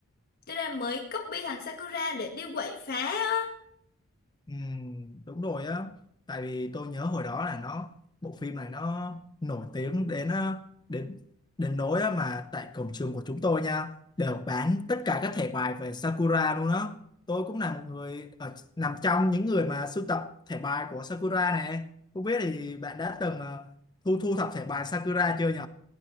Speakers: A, on the left; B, on the left.
A: cho nên là mới copy thằng Sakura để đi quậy phá ờ,
B: Ừm, đúng rồi á tại vì tôi nhớ hồi đó là nó bộ phim này nó nổi tiếng đến ờ, đến đến nỗi á mà tại cổng trường của chúng tôi nha đều bán tất cả các thẻ bài về Sakura luôn đó tôi cũng là một người ở, nằm trong những người mà sưu tập thẻ bài của Sakura này không biết thì bạn đã từng ờ, thu thu thập thẻ bài Sakura chưa nhỉ